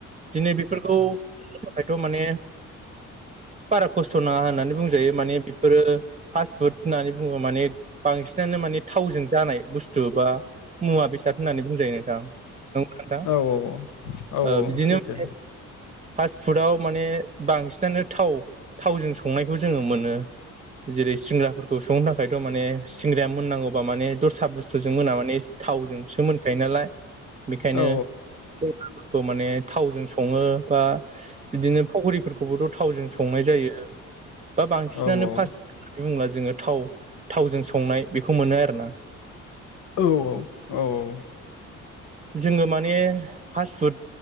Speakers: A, on the right; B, on the left.
A: दिनै बेफोरखौ माने बारा खस्थ' नाङा होननानै बुंजायो। माने बेफोरो फास्ट फुड होननानै बुङो माने बांसिनानो माने थावजों जानाय बुस्थु बा मुवा बेसाद। होननानै बुंजायो नोंथां नंगौ नोंथां
B: औ औ
A: ओ
B: औ
A: बिदिनो
B: सैथो
A: माने फास्ट फुडाव माने बांसिनानो थाव थावजों संनायखौ जोङो मोनो। जेरै सिंग्राफोरखौ संनो थाखायथ' माने सिंग्राया मोननांगौबा माने दस्रा बुस्थुजों मोना माने थावजोंसो मोनखायो नालाय। बेखायनो
B: औ
A: बेफोरखौ माने थावजों सङो। बा बिदिनो फख्रिफोरखौबोथ' थावजों संनाय जायो। बा बांसिनानो
B: औ औ
A: फासपुट होननानै बुङोब्ला जोङो थाव थावजों संनाय बेखौ मोनो आरो।
B: औ औ।
A: जोङो माने फासपुट